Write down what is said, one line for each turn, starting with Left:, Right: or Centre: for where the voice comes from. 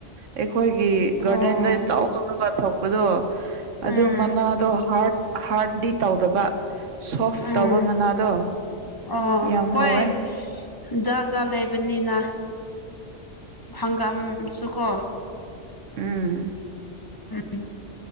Right: ꯑꯩꯈꯣꯏꯒꯤ
Left: ꯑꯣ
Right: ꯒꯥꯔꯗꯦꯟꯗ ꯆꯥꯎ ꯇꯧꯔꯒ ꯊꯛꯄꯗꯣ ꯑꯗꯨ
Left: ꯎꯝ
Right: ꯃꯅꯥꯗꯣ ꯍꯥꯔꯠ ꯍꯥꯔꯠꯗꯤ ꯇꯧꯗꯕ ꯁꯣꯐ
Left: ꯎꯝ
Right: ꯇꯧꯕ ꯃꯅꯥꯗꯣ
Left: ꯑꯣ
Right: ꯌꯥꯝ
Left: ꯍꯣꯏ
Right: ꯍꯥꯎꯋꯦ
Left: ꯖꯥꯠ ꯖꯥꯠ ꯂꯩꯕꯅꯤꯅ ꯐꯪꯒꯥꯝꯁꯨꯀꯣ
Right: ꯎꯝ
Left: ꯎꯝ